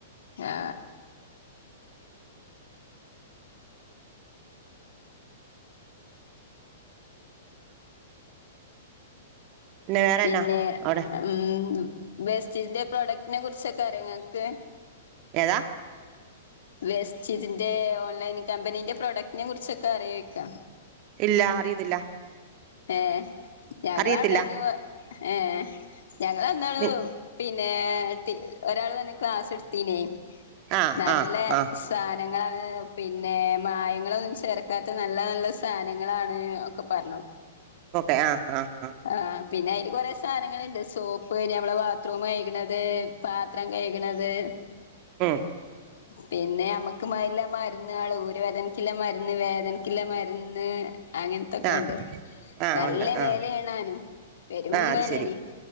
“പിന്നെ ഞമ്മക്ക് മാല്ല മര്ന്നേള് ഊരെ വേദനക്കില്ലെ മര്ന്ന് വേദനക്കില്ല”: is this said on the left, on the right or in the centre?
Left